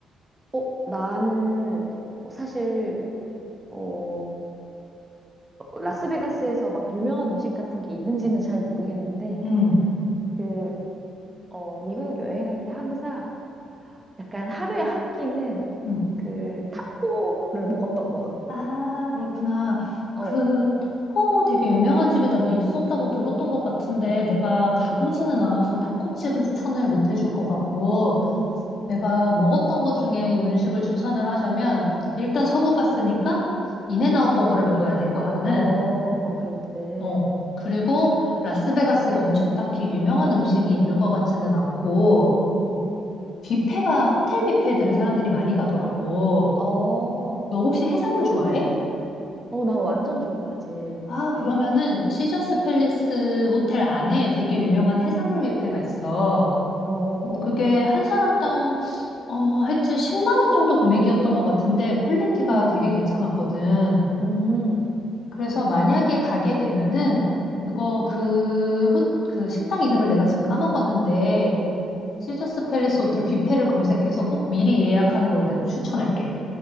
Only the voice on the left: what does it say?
응.
음.
아, 그렇구나.
그 타코 되게 유명한 집이 나도 있었다고 들었던 것 같은데 내가 가보지는
않아서 타코집은 추천을 못 해줄 것 같고
내가 먹었던 것 중에 음식을 추천을 하자면 일단 서부 갔으니까 인앤아웃
버거를 먹어야 되고 하루는
어 그리고 라스베가스에 엄청 딱히 유명한 음식이 있는 것 같지는 않고
뷔페가 호텔 뷔페들을 사람들이 많이 가더라고.
너 혹시 해산물 좋아해?
아, 그러면은 시저스 팰리스 호텔 안에 되게 유명한 해산물 뷔페가 있어.
근데 그게 한 사람당 어, 하여튼 10만 원 정도 금액이었던 것 같은데 퀄리티가
되게 괜찮았거든.
그래서 만약에 가게 되면은 그거 그, 호, 그 식당 이름을 내가 지금 까먹었는데
시저스 팰리스 호텔 뷔페를 검색해서 꼭 미리 예약하는 걸 내가 추천할게.